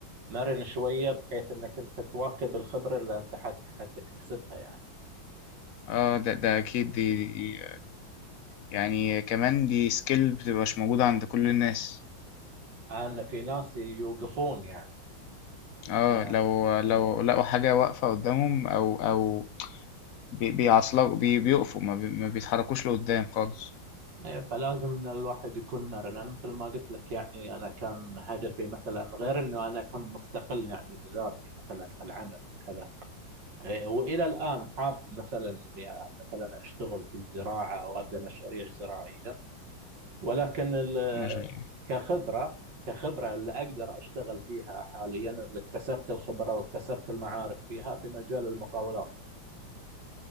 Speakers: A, on the right; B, on the left.
A: مرن شوية بحيث انك انت تواكب الخبرة اللي انت حت- حتكتسبها يعني
B: اه ده ده أكيد دي, دي يعني كمان دي سكيل بتبقاش موجودة عند كل الناس
A: انا في ناس يوقفون يعني
B: اه
A: إن-
B: لو لو لقوا حاجة واقفة قدامهم أو أو بي- بيعصلوا بي بيقفوا ما, بي ما بيتحركوش لقدام خالص
A: إيه، فلازم ان الواحد يكون مرن انا مثل ما قلت لك يعني انا كان هدفي مثلا غير انه انا اكون مستقل يعني بذاتي مثلا في العمل وكذا إيه، والى الان حاب مثلا اني مثلا اشتغل في الزراعه او ابدا مشاريع زراعيه ولكن ال-
B: ما شاء الله
A: كخبره كخبره اللي اقدر اشتغل فيها حاليا اللي اكتسبت الخبره واكتسبت المعارف فيها في مجال المقاولات